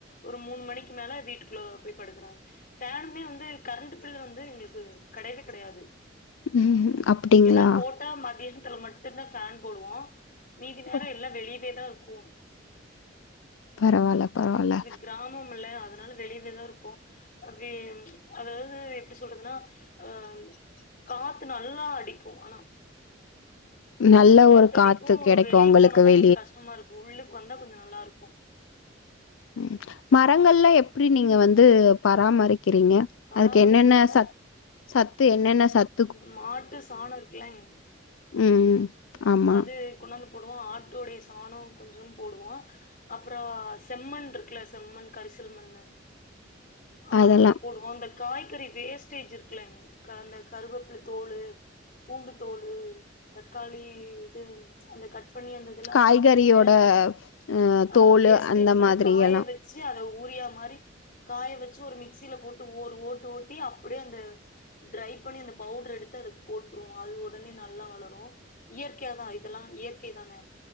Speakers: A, on the left (about 45°); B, on the left (about 80°).
A: ஒரு மூணு மணிக்கு மேல வீட்டுக்குள்ள போய் படுக்கறாங் ஃபேனுமே வந்து கரண்ட் பில் வந்து எங்களுக்கு கெடையவே கெடையாது
B: ம் அப்டிங்களா
A: ஏனா போட்டா மதிய த்துல மட்டுதா ஃபேன் போடுவோ மீதி நேரே
B: ஓ
A: எல்லா இதே தா இருக்கு
B: பரவால்ல பரவால்ல
A: இது கிராமம்ல அத அதனால வெளியவேதா இருப்போ அப்ப அதாவது எப்டி சொல்றதுனா அ காத்து நல்லா அடிக்கு ஆனா
B: நல்ல
A: காத்தடிக்கு
B: ஒரு காத்து கெடைக்கு
A: வெளிய
B: உங்களுக்கு
A: போனாதா
B: வெ
A: கொஞ்சோ கஷ்டமா இருக்கு உள்ளுக் க்கு வந்தா கொஞ்சோ நல்லா இருக்கு
B: ம் மரங்கள்ல எப்டி நீங்க வந்து பராமரிக் கிறிங்க
A: பராமரிக்கிறோனா
B: அதுக்கு என்னென்ன சத் சத்து என்னென்ன சத்
A: மாட்டு சானோ இருக்குலங்
B: ம் ஆமா
A: அது கொண்டாந்து போடுவோ ஆட்டோடைய சானோ கொஞ்சோன்னு போடுவோ அப்பறோ செம்மண் இருக்குல்ல செம்மண் கரிசல்மண்ணு ஆ
B: அதெல்லா
A: அத போடுவோ அந்த காய்கறி வேஸ்டேஜ் இருக்குலங் அந்த கருவேப்பில தோலு பூண்டுதோலு தக்காளி இது அந்த கட் பண்ணி அந்த இதுலா
B: காய்கறியோட
A: மேல
B: அ
A: ஆ
B: தோலு
A: வேஸ்டேஜ்
B: அந்த
A: வந்து
B: மாதிரி
A: காய
B: எல்லா
A: வச்சி அத ஊரியா மாரி காய வச்சி ஒரு மிக்சில போட்டு ஓரு ஓட்டு ஓட்டி அப்படியே அந்த டிரை பண்ணி அந்த பவுடர் எடுத்து அதுக்கு போட்டுருவோ அது உடனே நல்லா வளரு இயற்கையாதா இதெல்லா இயற்கை தானே